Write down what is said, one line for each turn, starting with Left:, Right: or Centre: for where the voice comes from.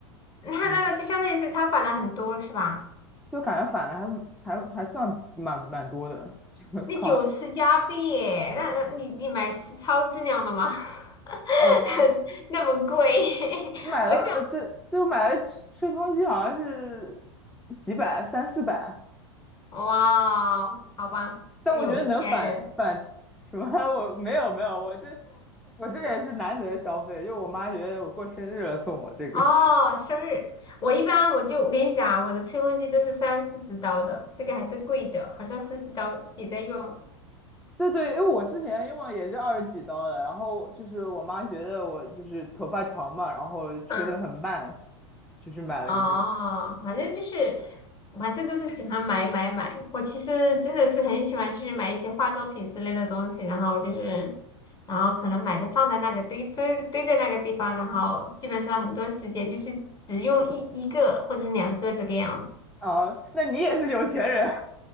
Left: 那那就相当于是他返了很多是吧？
Centre: 嗯，就感觉返的还还还算蛮蛮多的，<laughs> 就扛
Left: 那九十加币耶那那你你买是超质量的吗？<laughs>
Centre: 呃
Left: 那么贵，<laughs>
Centre: 买了呃对，
Left: 我是
Centre: 就买了吹吹风机好像是几百三四百，
Left: 哇哦好吧，
Centre: 但我觉得能返返什么
Left: 有钱人
Centre: <laughs> 我没有没有，我这我这也是难得消费，就我妈觉得我过生日了送我这个，
Left: <laughs> 哦，生日。我一般我就我跟你讲啊，我的吹风机都是三四十刀的，这个还是贵的，好像十几刀也在用。
Centre: 对对，因为我之前用了也是二十几刀的，然后就是我妈觉得我就是头发长嘛，然后吹得很慢，
Left: 嗯，
Centre: 就是买了个这个。
Left: 哦，反正就是，我反正都是喜欢买买买。我其实真的是很喜欢，去买一些化妆品之类的东西，然后就是，然后可能买的放在那个堆堆堆在那个地方，然后基本上很多时间就是只用一一个或者是两个这个样子。
Centre: 啊，那你也是有钱人，